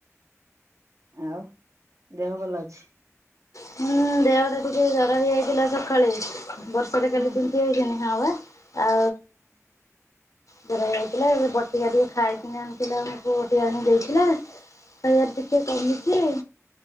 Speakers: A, on the right; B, on the left.
A: ଆଉ ଦେହ ଭଲ ଅଛି।
B: ହୁଁ ଦେହ ଟା ଟିକେ ଜର ହେଇଯାଇଥିଲା ସକାଳେ ବର୍ଷାରେ
A: ହୁଁ
B: କାଲି ତି ଝିଅ <unintelligible> ଆଉ ଜର ହେଇଯାଇଥିଲା ଏବେ ବଟିକଆ ଟିକେ ଖାଇକିନି ଆଣିଥିଲା ଆମ ପୁଅ ବଟିକା ଆଣିକି ଦେଇଥିଲା। ସେଇଆ ଟିକେ କମିଛି ଆଉ